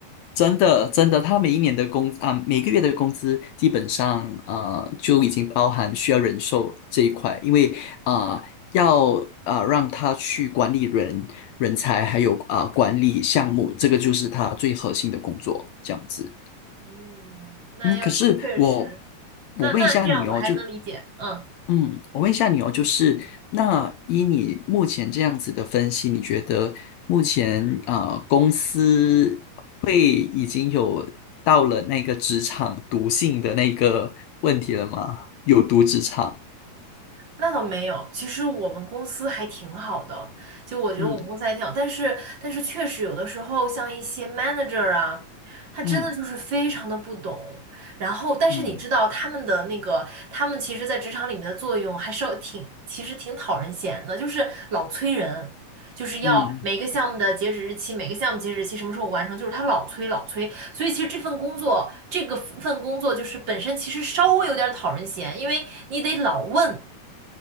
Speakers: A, on the left; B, on the right.
A: 真的真的，他每一年的工啊每个月的工资基本上啊就已经包含需要人寿这一块，因为啊、呃要啊、呃让他去管理人人才还有啊、呃管理项目，这个就是他最核心的工作，这样子。
B: 嗯，那要是确实，
A: 嗯，可是我我问一下你哦，
B: 那那这样我还能理解，
A: 就
B: 嗯。
A: 嗯，我问一下你哦，就是那依你目前这样子的分析，你觉得目前啊公司会已经有到了那个职场毒性的那个问题了吗？有毒职场？
B: 那倒没有，其实我们公司还挺好的，就我觉得我们公司还挺好，
A: 嗯
B: 但是但是确实有的时候像一些 manager 啊，他真的就是非常的不懂，
A: 嗯
B: 然后但是你知道他们的那个，
A: 嗯
B: 他们其实在职场里面的作用还是挺，其实挺讨人嫌的，就是老催人，就是要每个项目的截止日期，
A: 嗯
B: 每个项目截止日期什么时候完成，就是他老催老催，所以其实这份工作，这个份工作就是本身其实稍微有点讨人嫌，因为你得老问。